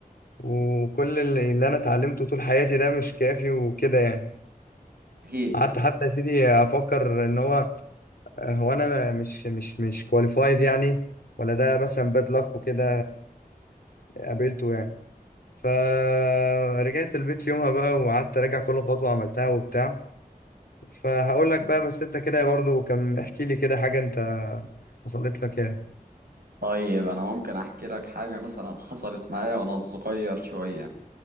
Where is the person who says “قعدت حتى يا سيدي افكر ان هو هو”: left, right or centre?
Left